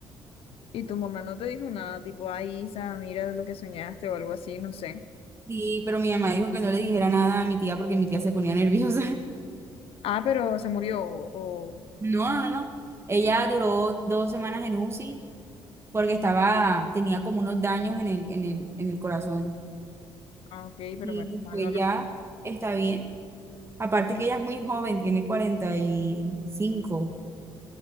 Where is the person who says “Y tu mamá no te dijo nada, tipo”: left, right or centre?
Left